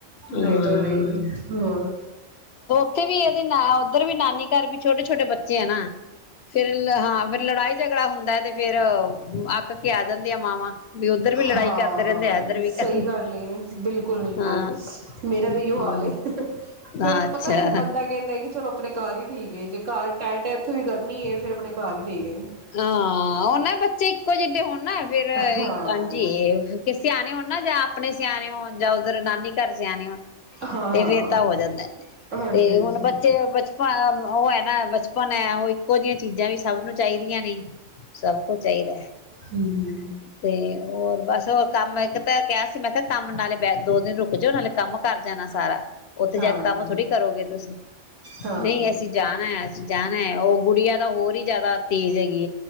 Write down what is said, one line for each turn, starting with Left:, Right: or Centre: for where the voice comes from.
Right: ਨਹੀਂ
Left: ਹਾਂ
Right: ਤਾਂ ਨਹੀਂ ਹੋ
Left: <unintelligible> ਉੱਧਰ ਵੀ ਨਾਨੀ ਘਰ ਵੀ ਛੋਟੇ ਛੋਟੇ ਬੱਚੇ ਆ ਨਾ ਫੇਿਰ ਹਾਂ ਫੇਿਰ ਲੜਾਈ ਝਗੜਾ ਹੁੰਦਾ ਤੇ ਫੇਰ ਅੱਕ ਕੇ ਆ ਜਾਂਦੀ ਆ ਮਾਵਾਂ ਵੀ ਉੱਧਰ ਵੀ ਲੜਾਈ
Right: ਹਾਂ
Left: ਕਰਦੇ ਰਹਿੰਦੇ ਆ ਇੱਧਰ ਵੀ
Right: ਸਹੀ
Left: ਕਰ
Right: ਗੱਲ ਬਿਲਕੁਲ ਬਿਲਕੁਲ
Left: ਹਾਂ
Right: ਮੇਰਾ ਵੀ ਇ ਹਾਲ
Left: ਹਾਂ ਅੱਛਾ
Right: ਫੇਰ ਪਤਾ ਫ ਬੰਦਾ ਕਹਿੰਦਾ ਕਿ ਚਲੋ ਆਪਣੇ ਘਰ ਹੀ ਠੀਕ ਏ ਜੇ ਘਰ ਟੈਂਟ ਇੱਥੇ ਵੀ ਕਰਨੀ ਹੈ ਫਿਰ ਆਪਣੇ ਘਰ ਠੀਕ ਹੀ ਏ
Left: ਹਾਂ ਉਹਨੇ ਬੱਚੇ ਇੱਕੋ ਜਿਹੇ ਹੋਣ ਨਾ ਫਿਰ
Right: ਹਾਂ
Left: ਜੀ ਕਿਸੇ ਆਣੇ ਹੋਣ ਨਾ <unintelligible> ਆਪਣੇ ਸਿਆਣੇ ਹੋਣ ਜਾਂ ਉੱਧਰ ਨਾਨੀ ਘਰ ਸਿਆਣੇ ਹੋਣ
Right: ਹਾਂ
Left: ਤੇ ਫੇਿਰ ਤਾਂ ਹੋ ਜਾਂਦਾ
Right: ਹਾਂਜੀ
Left: ਤੇ
Right: ਹਾਂਜੀ
Left: ਹੁਣ ਬੱਚੇ ਬਚਪਨ ਉਹ ਬਚਪਨ ਹੈ ਉਹ ਇੱਕੋ ਜਹੀਆਂ ਚੀਜ਼ਾਂ ਵੀ ਸਭ ਨੂੰ ਚਾਹੀਦੀਆਂ ਸਭ ਕੁਛ ਚਾਹੀਦਾ
Right: ਹਮ ਹਮ
Left: <unintelligible> <unintelligible> ਅਸੀਂ ਮੈਂ ਕਿਹਾ ਕੰਮ ਨਾਲੇ ਦੋ ਦਿਨ ਰੁਕ ਜਾਓ ਨਾਲੇ ਕੰਮ ਕਰ ਜਾਣਾ ਸਾਰਾ ਉੱਥੇ
Right: ਹਾਂ
Left: ਜਾ ਕੇ ਕੰਮ ਥੋੜੀ ਕਰੋਗੇ ਤੁਸੀਂ
Right: ਹਾਂ
Left: ਨਹੀਂ ਅਸੀਂ ਜਾਣਾ ਅਸੀਂ ਜਾ ਉਹ ਗੁੜੀਆ ਤਾਂ ਹੋਰ ਹੀ ਜਿਆਦਾ ਤੇਜ਼ ਹੈਗੀ